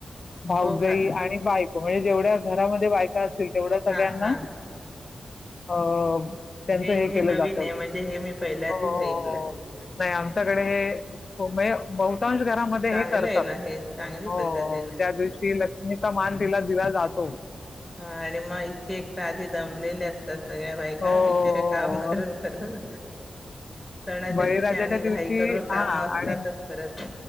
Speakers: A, on the left; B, in the centre.
A: भाऊजई
B: हो का?
A: आणि बायको म्हणजे जेवढ्या घरामध्ये बायका असतील तेवढ्या सगळ्यांना
B: हां, हां.
A: अ त्यांचं
B: हे हे
A: केलं
B: नवीन
A: जातं
B: आहे म्हणजे हे मी पहिल्यांदीच
A: हो हो
B: ऐकल.
A: हो. नाही आमच्याकडे हे म्हणजे बहुतांश घरामध्ये
B: चांगलं
A: हे करतात.
B: आहे ना हे, चांगली
A: हो,
B: पद्धत आहे ना.
A: त्या दिवशी लक्ष्मीचा मान तिला दिला जातो.
B: हा आणि मग इतके एक तर आधी दमलेले असतात. सगळ्या बायका
A: हो, हो,
B: बिचारऱ्या काम करून
A: हो.
B: करून. सणाच्या
A: बळीराजाच्या
B: दिवशी आणि
A: दिवशी
B: घाई करून काम
A: हां
B: असतातच
A: आणि
B: परत